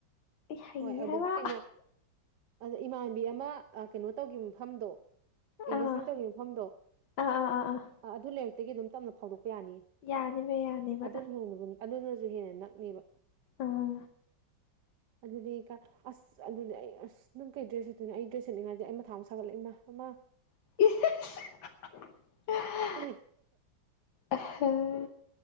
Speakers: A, on the left; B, on the right.
A: ꯑꯩ ꯍꯩꯅꯤ
B: ꯍꯣꯏ ꯑꯗꯨꯗꯒꯤ
A: ꯍꯥꯏꯕ
B: ꯀꯩꯅꯣ ꯑꯗ ꯏꯃꯥꯟꯕꯤ ꯑꯃ ꯀꯩꯅꯣ ꯇꯧꯈꯤꯕ ꯃꯐꯝꯗꯣ
A: ꯑꯥ
B: ꯑꯦꯡꯒꯦꯖꯃꯦꯟ
A: ꯑꯥ
B: ꯇꯧꯈꯤꯕ ꯃꯐꯝꯗꯣ
A: ꯑꯥ ꯑꯥ ꯑꯥ
B: ꯑꯗꯨ ꯂꯥꯏꯔꯤꯛꯇꯒꯤ ꯑꯗꯨꯝ ꯇꯝꯅ ꯐꯥꯎꯗꯣꯛꯄ ꯌꯥꯅꯤ
A: ꯌꯥꯅꯤꯕ ꯌꯥꯅꯤꯕ
B: ꯑꯗꯨꯅ ꯍꯦꯟꯅꯥ ꯑꯗꯨꯅꯁꯨ ꯍꯦꯟꯅ ꯅꯛꯅꯦꯕ
A: ꯑꯥ
B: ꯑꯗꯨꯗꯤ ꯀ ꯑꯁ ꯑꯗꯨꯗꯤ ꯑꯩ ꯑꯁ ꯅꯪ ꯀꯩ ꯗ꯭ꯔꯦꯁ ꯁꯦꯠꯇꯣꯏꯅꯦ ꯑꯩ ꯗ꯭ꯔꯦꯁ ꯁꯦꯠꯅꯤꯡꯉꯥꯏꯗꯤꯦ ꯑꯩ ꯃꯊ ꯑꯃ ꯁꯥꯒꯠꯂꯛꯏ ꯏꯃ ꯑꯃꯥ
A: <inaudible>
B: ꯎ <inaudible>
A: ꯑ <inaudible>